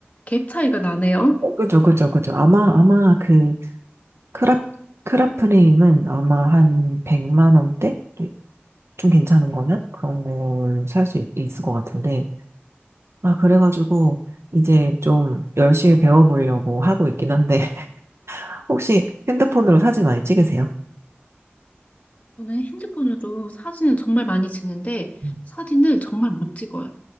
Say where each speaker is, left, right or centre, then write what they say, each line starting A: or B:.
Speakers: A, on the left; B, on the right.
A: 갭 차이가 나네요.
B: 어, 그죠, 그죠, 그죠. 아마, 아마 그, 크라, 크라프림은 아마 한 100만 원대? 네, 좀 괜찮은 거면? 그런 걸 살 수 있을 것 같은데. 아, 그래가지고, 이제 좀 열심히 배워보려고 하고 있긴 한데, <laughs> 혹시 핸드폰으로 사진 많이 찍으세요?
A: 저는 핸드폰으로 사진을 정말 많이 찍는데
B: 음.
A: 사진을 정말 못 찍어요.